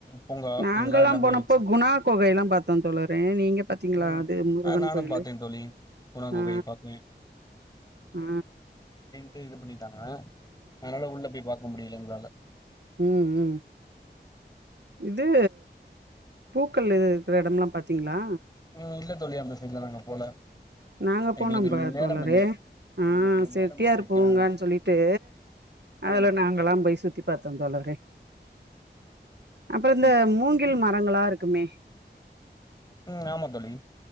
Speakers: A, on the left (about 20°); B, on the right (about 65°).
A: பூங்கா
B: நாங்கெல்லாம்
A: இதெல்லா எல்லாமே
B: போனப்போ
A: இருந்துச்சு
B: குணா குகை எல்லாம் பாத்தோன் தோழரே நீங்க பாத்தீங்களா
A: ம்
B: அது முருகன்
A: ஆ நானு
B: கோயிலு
A: பாத்தே தோழி குணா குகைய
B: ஆ
A: பாத்தே
B: ஆ
A: தேயிலை பன்னீர் <unintelligible> அதனால உள்ள போய் பாக்க முடியலங்கலா லே
B: உம் உம் இது பூக்கள் எ இருக்கற எடம்ல்லா பாத்தீங்ளா
A: உம் இல்ல தோழி அந்த சைட்லா நாங்க போல
B: நாங்க போனோ
A: எங்களுக்கு
B: பா
A: நேரம்
B: தோளரே
A: இல்லை
B: ஆ
A: எங்களுக்கு
B: செட்டியாரு
A: நேரம் இல்லை
B: பூங்கான்னு
A: ஆ
B: சொல்லிட்டு அதுல
A: ம்
B: நாங்கல்லா போய் சுத்தி பாத்தோ தோளரே அப்றோ இந்த
A: ம்
B: மூங்கில் ம ரங்களா இருக்குமே
A: ம் ஆமா தோழி